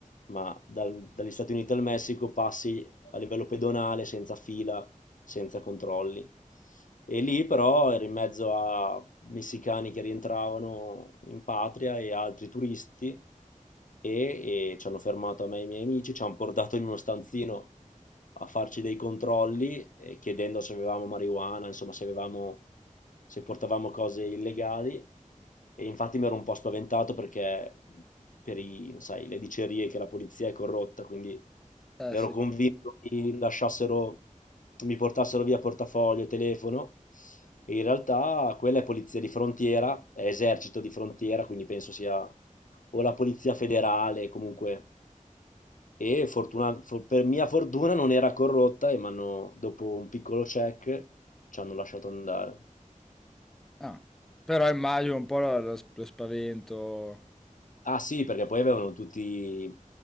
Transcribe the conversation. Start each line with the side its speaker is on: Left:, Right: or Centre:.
Left: ma dal- dagli Stati Uniti al Messico passi a livello pedonale, senza fila, senza controlli. E lì però ero in mezzo a messicani che rientravano in patria e altri turisti e, e ci hanno fermato a me e ai miei amici, ci hanno portato in uno stanzino a farci dei controlli eh, chiedendo se avevamo marijuana, insomma se avevamo, se portavamo cose illegali e infatti mi ero un po' spaventato perché per i, sai, le dicerie che la polizia è corrotta, quindi
Centre: Eh
Left: ero
Centre: sì.
Left: convinto che mi lasciassero, mi portassero via portafoglio, telefono e in realtà quella è polizia di frontiera, è esercito di frontiera, quindi penso sia o la polizia federale comunque. E fortuna- for- per mia fortuna non era corrotta e m'hanno- dopo un piccolo check ci hanno lasciato andare.
Centre: Ah. Però immagino un po' lo lo s lo spavento
Left: Ah sì, perché poi avevano tutti